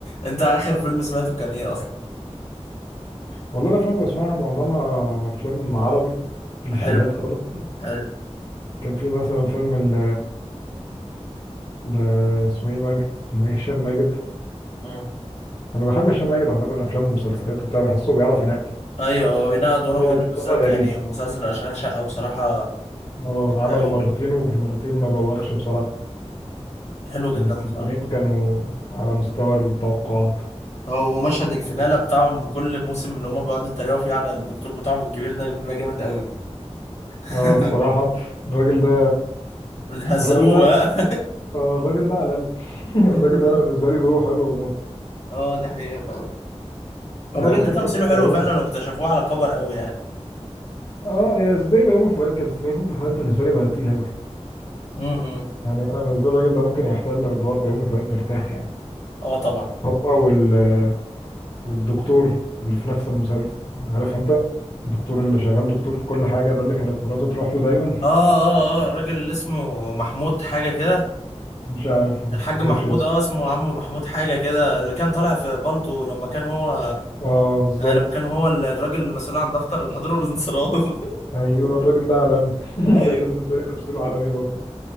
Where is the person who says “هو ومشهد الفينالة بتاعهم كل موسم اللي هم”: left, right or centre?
Left